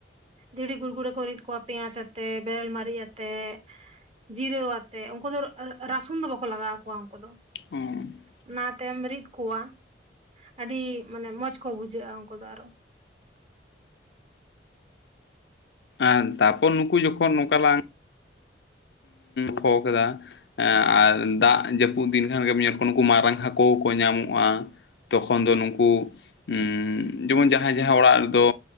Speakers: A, on the right; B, on the left.
A: ᱫᱷᱤᱲᱤ ᱜᱩᱲᱜᱩᱲ ᱨᱮᱠᱚ ᱨᱤᱫ ᱠᱚᱣᱟ ᱯᱮᱸᱭᱟᱪ ᱟᱛᱮᱜ ᱵᱮᱨᱮᱞ ᱢᱟᱨᱤᱡ ᱟᱛᱮᱜ ᱡᱤᱨᱟᱹᱣ ᱟᱛᱮ ᱩᱱᱠᱩ ᱫᱚ ᱨᱟᱹᱥᱩᱱ ᱫᱚ ᱵᱟᱠᱚ ᱞᱟᱜᱟᱣ ᱟᱠᱚᱣᱟ ᱩᱱᱠᱩ ᱫᱚ
B: ᱦᱮᱸ
A: ᱚᱱᱟᱛᱮᱢ ᱨᱤᱫ ᱠᱚᱣᱟ ᱟᱹᱰᱤ ᱢᱟᱱᱮ ᱢᱚᱸᱡᱽ ᱠᱚ ᱵᱩᱡᱷᱟᱹᱜᱼᱟ ᱩᱱᱠᱩ ᱫᱚ ᱟᱨᱦᱚ
B: ᱟᱨ ᱛᱟᱯᱚᱨ ᱱᱩᱠᱩ ᱡᱚᱠᱷᱚᱱ ᱱᱚᱝᱠᱟ ᱞᱟᱝ ᱠᱷᱚ ᱠᱮᱫᱟ ᱮᱸᱜ ᱟᱨ ᱫᱟᱜ ᱡᱟᱹᱯᱩᱫ ᱫᱤᱱ ᱠᱷᱟᱱ ᱜᱮᱢ ᱧᱮᱞ ᱠᱚᱣᱟ ᱱᱩᱠᱩ ᱢᱟᱨᱟᱝ ᱦᱟᱹᱠᱩ ᱠᱚ ᱧᱟᱢᱚᱜ-ᱟ᱾ ᱛᱚᱠᱷᱚᱱ ᱫᱚ ᱱᱩᱠᱩ ᱩᱸᱜ ᱡᱮᱢᱚᱱ ᱡᱟᱦᱟᱸᱭ ᱡᱟᱦᱟᱸ ᱚᱲᱟᱜ ᱨᱮᱫᱚ